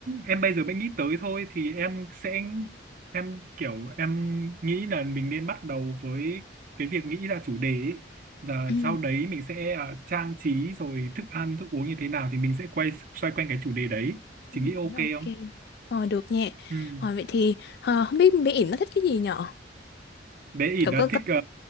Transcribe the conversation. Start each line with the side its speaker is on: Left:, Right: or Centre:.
Right: em bây giờ mới nghĩ tới thôi thì em sẽ em kiểu em nghĩ là mình nên bắt đầu với cái việc nghĩ ra chủ đề ấy. Và
Left: Ừ,
Right: sau đấy mình sẽ ờ, trang trí rồi thức ăn, thức uống như thế nào thì mình sẽ quay xoay quanh cái chủ đề đấy. Chị
Left: Ừ,
Right: nghĩ ok
Left: ok.
Right: không?
Left: Rồi, được nha.
Right: Ừm.
Left: Rồi, vậy thì ờ, không biết bé ỉn nó thích cái gì nhở?
Right: Bé ỉn
Left: Cậu
Right: là
Left: có, có
Right: thích ờ,